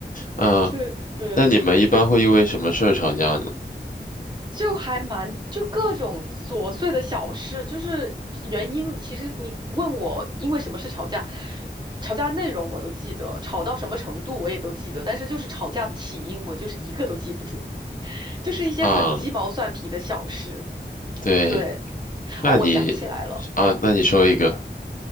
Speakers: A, on the left; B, on the right.
A: 嗯，
B: 就对，
A: 呃那你们一般会因为什么事儿吵架呢？
B: 这就还蛮，就各种琐碎的小事，就是原因。其实你问我因为什么事吵架，吵架内容我都记得，吵到什么程度我也都记得，但是就是吵架的起因，我就是一个都记不住，就是一些很鸡毛蒜皮的小事。
A: 啊，对，
B: 对，
A: 那你
B: 哦，我想起来了，
A: 啊，
B: 哦。
A: 那你说一个，